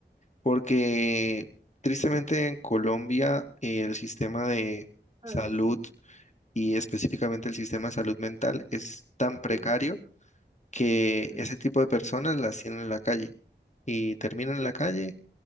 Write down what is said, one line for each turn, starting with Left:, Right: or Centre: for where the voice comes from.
Left: porque tristemente en Colombia el sistema de
Right: Ay,
Left: salud
Right: sí,
Left: y específicamente el sistema de salud mental es tan
Right: totalmente.
Left: precario que
Right: Mm,
Left: ese tipo de personas las tienen en la calle y terminan en
Right: mm,
Left: la calle,